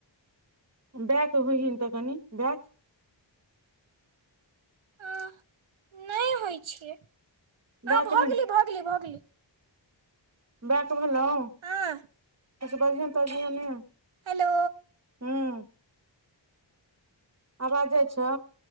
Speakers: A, on the right (about 35°); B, on the right (about 90°).
A: बैक हो हीन तऽ कनि बैक
B: ह नइ होइ छियै हाँ
A: बैक
B: भऽ गेली भऽ गेली भऽ गेली
A: बैक भैलोअ अहिसे
B: हँ
A: बजियहन तजियहन नैय
B: हेलो
A: हूँ आवाज जाए छौ